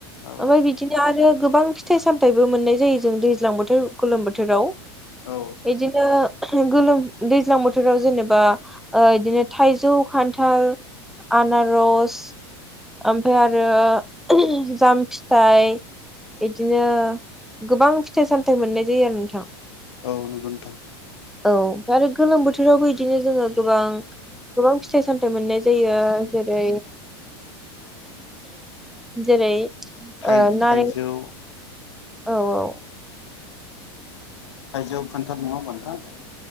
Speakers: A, on the left; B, in the centre.
A: औ
B: ओमफाय बिदिनो आरो गोबां फिथाइ- सामथायबो मोननाय जायो जों दैज्लां बोथोर गोलोम बोथोराव।
A: औ
B: इदिनो गोलोम दैज्लां बोथोराव जेनेबा <unintelligible> इदिनो थाइजौ, खान्थाल, आनारस ओमफफ्राय आरो जाम फिथाइ इदिनो गोबां फिथाइ -सामथाय मोननाय जायो आरो नोंथां।
A: औ नोंगौ नोंथां।
B: औ आरो गोलोम बोथोराव <unintelligible> बिदिनो जोङो गोबां -गोबां फिथाइ -सामथाइ मोननाय जायो जेरै जेरै
A: थाइ
B: ओ
A: -थाइजौ
B: नारें औ औ।
A: थाइजौ खानथाल नङा होनबा नोंथां।